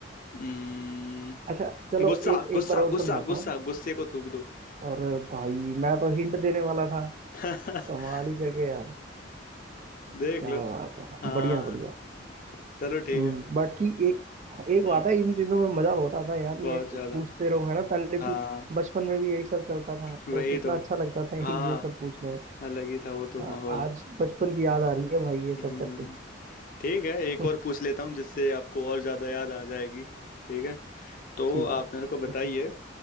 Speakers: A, on the left; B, on the right.
A: हम्म,
B: अच्छा चलो
A: गुस्सा
B: एक
A: गुस्सा
B: एक बार और
A: गुस्सा
B: समझाता
A: गुस्सा
B: हूँ
A: गुस्से को थूक दो
B: और भाई मैं तो हिंट देने वाला था
A: <laughs>
B: कमाल ही करके यार
A: देख
B: क्या
A: लो
B: बात है
A: हाँ
B: बढ़िया बढ़िया
A: चलो ठीक
B: हम्म
A: है
B: बाकी एक एक
A: हम्म,
B: बात है इन चीजों में मजा होता था यार
A: बहुत
B: ये
A: ज्यादा
B: पूछते रहो है ना पहले
A: हाँ
B: भी बचपन में भी यही सब चलता था
A: वही
B: तो कितना
A: तो
B: अच्छा लगता था <laughs>
A: हाँ
B: ये सब पूछने में
A: अलग ही था वो तो
B: हाँ,
A: माहौल
B: आज बचपन की याद आ रही है भाई ये
A: हम्म
B: सब करके
A: ठीक है एक
B: <laughs>
A: और पूछ लेता हूँ जिससे आपको और ज्यादा याद आ जाएगी ठीक है तो
B: ठीक
A: आप
B: है
A: मेरे को बताइए
B: पूछो